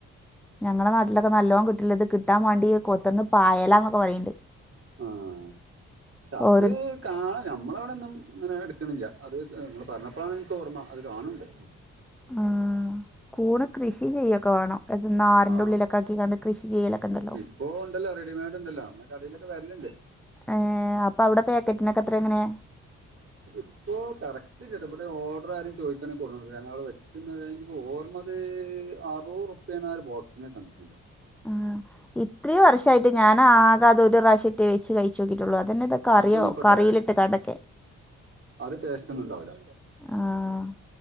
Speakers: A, in the centre; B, on the right.
A: ഞങ്ങളെ നാട്ടിലൊക്കെ നല്ലോം കിട്ടില്ലത് കിട്ടാം വാണ്ടി കൊത്തന്ന് പായലന്നൊക്കെ പറയ്ണ്ട്.
B: ആഹ് <unintelligible> അത്
A: ഓരോരു
B: കാള് ഞമ്മളവിടൊന്നുംങ്ങനെ എട്ക്കണില്ല അത് ഇങ്ങള് പറഞ്ഞപ്പോഴാണ് എനിക്ക് ഓർമ്മ അത് കാണുംണ്ട്.
A: ആഹ് കൂണ് കൃഷി ചെയ്യൊക്കവാണ്. അത് നാരിന്റഉള്ളിലൊക്കെ
B: ആഹ്
A: ആക്കിങ്ങാണ്ട് കൃഷി ചെയ്യലൊക്കെണ്ടല്ലോ.
B: ഇപ്പോ ഉണ്ടല്ലോ റെഡിമെയ്ഡ് ഉണ്ടല്ലോ നമ്മളെ കടയിലൊക്കെ വരലുണ്ട്
A: ഏ അപ്പൊ അവിടെ പാക്കറ്റിനൊക്കെ എത്ര എങ്ങനെ?
B: അതിപ്പോ കറക്റ്റ് ഇവിടെ ഓഡറാരും ചോയിക്കണെകൊടുന്നു കാരണം അവടെ വെച്ചന്നെതോർമ്മ ത് അറൂറുപ്പെണ് ആ ഒരു ബോക്സിന് സംശയം വര.
A: ആ ഇത്രേം വർഷായിട്ട് ഞാനാകത് ഒരുറാഷറ്റെ വെച്ച് കഴി ച്ചോക്കിറ്റുള്ളൂ. അതന്നെന്ത കറിയോ
B: അതൊന്നും ഇപ്പൊ
A: കറിയിലിട്ട്ങ്ങാണ്ടക്കെ
B: ടേസ്റ്റ് അത് ടേസ്റ്റോന്നും ഇണ്ടാവൂല.
A: ആഹ്